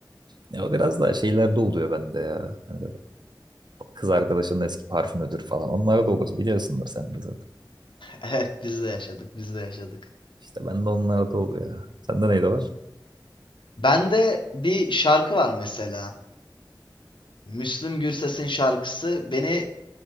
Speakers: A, on the right; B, on the left.
A: Ya o biraz daha şeylerde oluyor bende ya. Hani böyle kız arkadaşının eski parfümüdür falan. Onlar da olur. Biliyorsundur sen de zaten.
B: Evet, biz de yaşadık, biz de yaşadık.
A: İşte bende onlar da oluyor. ya. Sende neydi var?
B: Bende bir şarkı var mesela. Müslüm Gürses'in şarkısı beni